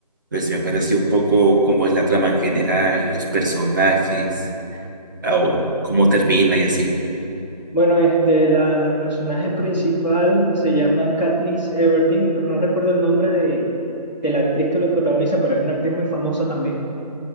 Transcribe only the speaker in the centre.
Bueno, este, la, la personaje principal se llama Katniss Everdeen. No, no recuerdo el nombre de, de la actriz que lo protagoniza, pero es una actriz muy famosa también.